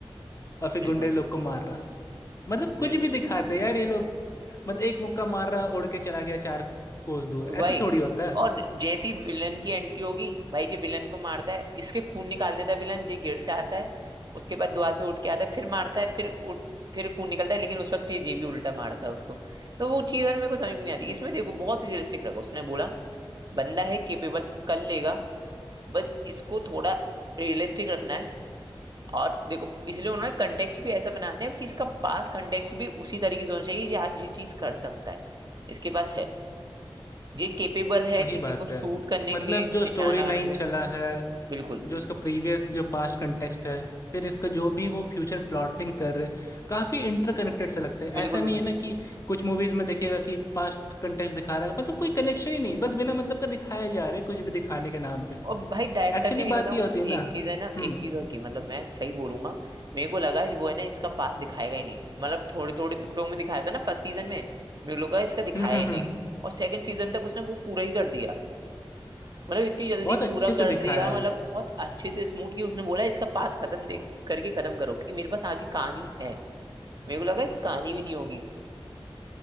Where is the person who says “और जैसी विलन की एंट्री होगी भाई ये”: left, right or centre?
Right